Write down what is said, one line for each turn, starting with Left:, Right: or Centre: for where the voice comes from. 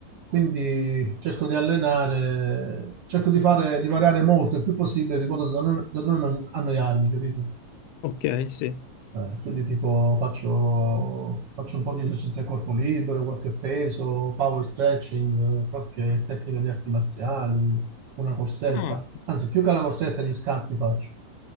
Right: Quindi cerco di allenare, cerco di fare, di variare molto il più possibile, di modo da non, da non annoiarmi, capito?
Left: ok, sì.
Right: Eh, quindi tipo faccio, faccio un po' di esercizi a corpo libero, qualche peso, power stretching, eh, qualche tecnica di arti marziali, una corsetta.
Left: Ah,
Right: Anzi, più che la corsetta, gli scatti faccio.